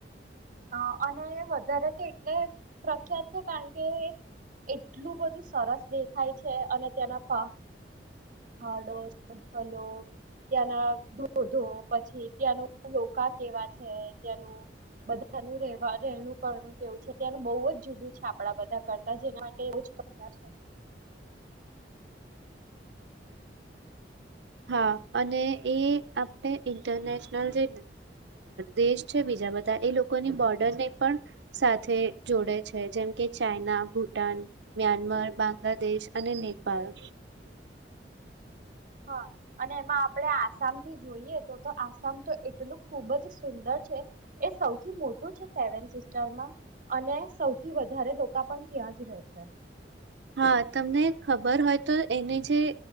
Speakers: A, on the right; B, on the right.
A: હા અને વધારે તે એટલે પ્રખ્યાત છે કારણ કે એટલું બધું સરસ દેખાય છે અને તેના પ હાડો જંગલો ત્યાંના ધોધો પછી ત્યાંનું લોકા કેવા છે ત્યાંનું બધાનું રે વા રહેણું કરણું કેવું છે ત્યાંનું બહુ જુદું છે આપડા બધા કરતા જેના માટે એ બો જ પ્રખ્યાત છે.
B: હા અને એ આપણે ઇન્ટરનેશનલ જે દેશ છે બીજા બધા એ લોકોની બોર્ડરને પણ સાથે જોડે છે જેમ કે ચાઈના ભૂટાન મ્યાનમાર બાંગ્લાદેશ અને નેપાળ.
A: હા અને એમાં આપણે આસામથી જોઈએ તો તો આસામ તો એટલું ખૂબ જ સુંદર છે એ સૌથી મોટું છે સેવન સિસ્ટરમાં અને સૌથી વધારે લોકા ઓ પણ ત્યાં જ રહે છે.
B: હા તમને ખબર હોય તો એને જે